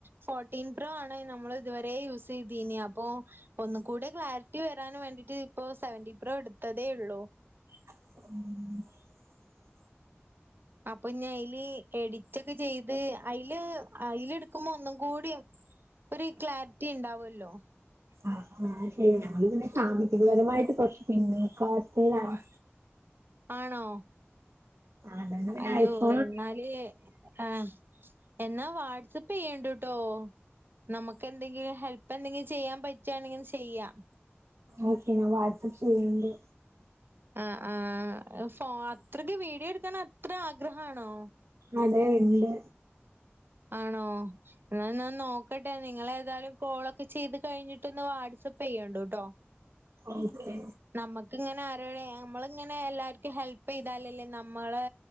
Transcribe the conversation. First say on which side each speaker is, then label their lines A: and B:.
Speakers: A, on the right; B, on the right.
A: ഫോർട്ടീൻ പ്രോ ആണ് നമ്മൾ ഇതുവരെ യൂസ് ചെയ്തീന അപ്പോ ഒന്നുകൂടെ ക്ലാരിറ്റി വരാൻ വേണ്ടിട്ട് ഇപ്പോ സെവന്റി പ്രോ എടുത്തതേ ഉള്ളൂ.
B: <unintelligible>
A: അപ്പൊ ഞാനതില് എഡിറ്റൊക്കെ ചെയ്ത് അതില് അതിൽ എടുക്കുമ്പോ ഒന്നും കൂടി ഒരു ക്ലാരിറ്റി ഉണ്ടാവുവല്ലോ.
B: ആ അത് ശരി നമ്മൾപിന്നെ സാമ്പത്തികപരമായിട്ട് കുറച്ച് പിന്നോക്കാവസ്ഥയിലാണ്.
A: ആണോ?
B: അതോണ്ട് പിന്നെ
A: അയ്യോ
B: ഐഫോൺ
A: എന്നാല് ആ എന്നാ വാട്സപ്പ് പെയ്യാണ്ടുട്ടോ നമുക്ക് എന്തെങ്കിലും ഹെൽപ് എന്തെങ്കിലും ചെയ്യാൻ പറ്റുവാണെങ്കിലും ചെയ്യാം.
B: ഓക്കെ. ഞാൻ വാട്സ്ആപ്പ് ചെയ്യണുണ്ട്.
A: ആ ആ ഫേ അത്രക്ക് വിഡിയോ എടുക്കാൻ അത്ര ആഗ്രഹമാണോ?
B: അതെ ഉണ്ട്.
A: ആണോ? എന്നാൽ ഞാൻ നോക്കട്ടെ നിങ്ങൾഏതായാലും കോളൊക്കെ ചെയ്ത് കഴിഞ്ഞി ന്ന് വാട്സ്ആപ്പ് ചെയ്യുണ്ടുട്ടോ.
B: ഓക്കെ
A: നമ്മുക്കിങ്ങനെ ആരോടെ നമ്മളിങ്ങനെ എല്ലാവർക്കും ഹെൽപ് ചെയ്താലല്ലേ ന നമ്മളെ